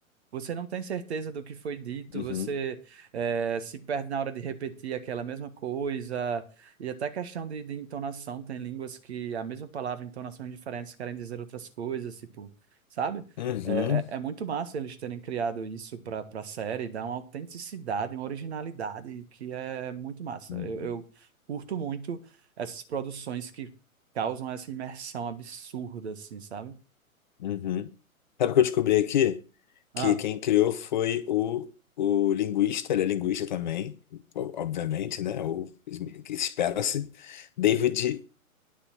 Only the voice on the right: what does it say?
Você não tem certeza do que foi dito,
você eh, se perde na hora de repetir aquela mesma coisa, e até questão de, de entonação, tem línguas que a mesma palavra, entonações diferentes, querem dizer outras coisas, tipo, sabe?
É, é- é muito massa eles terem criado isso para para a série, dá uma autenticidade, uma originalidade que é muito massa.
Eu, eu curto muito essas produções que causam essa imersão absurda, assim, sabe?
Ah,